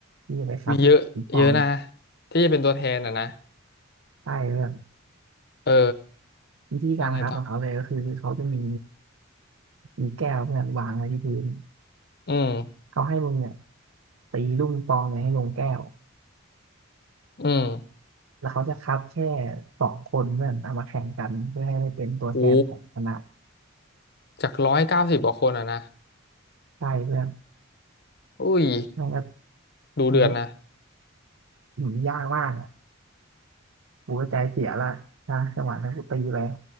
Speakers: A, on the right; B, on the left.
A: ที่จะไปครับปิงปองเนี่ย
B: มีเยอะเยอะนะที่จะเป็นตัวแทนอ่ะนะ
A: ใช่เพื่อน
B: เออ
A: วิธีการครับของเขาเลยก็คือเขาจะมี
B: แล้วไงต่อ
A: มีแก้วเพื่อนวางไว้ที่พื้น
B: อืม
A: เขาให้มึงเนี่ยตีลูกปิงปองเนี่ยให้ลงแก้ว
B: อืม
A: แล้วเขาจะคัดแค่สองคนเพื่อนเอามาแข่งกันเพื่อให้ได้เป็นตัวแทนของคณะ
B: โอ้จากร้อยเก้าสิบกว่าคนอ่ะนะ
A: ใช่เพื่อน
B: อุ้ย
A: แม่งก็
B: ดูเดือดนะ
A: ทีนี้อืมยากมากอ่ะกูก็ใจเสียละใช่จังหวะนั้นกูตีไป